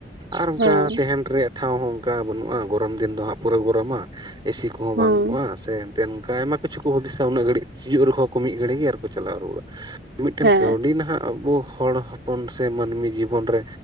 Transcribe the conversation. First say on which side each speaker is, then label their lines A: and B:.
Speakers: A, on the right; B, on the right.
A: ᱟᱨ ᱚᱱᱠᱟ
B: ᱦᱮᱸ
A: ᱛᱟᱦᱮᱱ ᱨᱮᱭᱟᱜ ᱴᱷᱟᱶ ᱦᱚᱸ ᱚᱱᱠᱟ ᱵᱟᱹᱱᱩᱜᱼᱟ ᱜᱚᱨᱚᱢ ᱫᱤᱱ ᱫᱚ ᱦᱟᱸᱜ ᱯᱩᱨᱟᱹ ᱜᱚᱨᱚᱢᱟ ᱮᱥᱤ ᱠᱚᱦᱚᱸ
B: ᱦᱩᱸ
A: ᱵᱟᱹᱱᱩᱜᱼᱟ ᱥᱮ ᱱᱚᱝᱠᱟ ᱟᱭᱢᱟ ᱠᱤᱪᱷᱩ ᱠᱚ ᱦᱩᱫᱤᱥᱟ ᱩᱱᱟᱹᱜ ᱜᱷᱟᱹᱲᱤ ᱦᱤᱡᱩᱜ ᱨᱮᱦᱚᱸ ᱠᱚ ᱢᱤᱫ ᱜᱷᱟᱹᱲᱤ ᱜᱮ ᱟᱨ ᱠᱚ ᱪᱟᱞᱟᱣ ᱨᱩᱣᱟᱹᱲᱟ ᱢᱤᱫ ᱴᱟᱝ
B: ᱦᱮᱸ
A: ᱠᱟᱹᱣᱰᱤ ᱱᱟᱦᱟᱜ ᱟᱵᱚ ᱦᱚᱲ ᱦᱚᱯᱚᱱ ᱥᱮ ᱢᱟᱹᱱᱢᱤ ᱡᱤᱵᱚᱱ ᱨᱮ